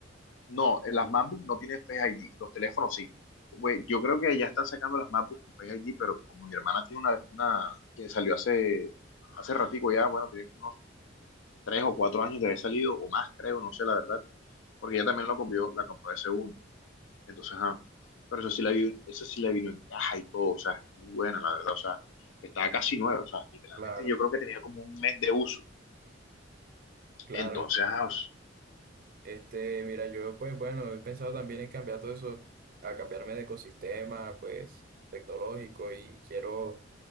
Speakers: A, on the left (about 75°); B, on the right (about 45°).
A: no, eh, las MacBook no tienen Face ID, los teléfonos sí. Güey, yo creo que ya están sacando las MacBook con Face ID, pero como mi hermana tiene una, una que salió hace, hace ratico ya, bueno, tiene como unos tres o cuatro años de haber salido, o más creo, no sé la verdad, porque ella también lo compró, la compró de segunda. Entonces, ah, pero eso sí la vi, eso sí la vino en caja y todo, o sea, es muy buena, la verdad, o sea, estaba casi nueva, o sea, literalmente
B: Claro,
A: yo creo que tenía como un mes de uso.
B: claro.
A: Entonces, ah,
B: Este, mira, yo pues bueno, he pensado también en cambiar todo eso, a cambiarme de ecosistema, pues tecnológico y quiero,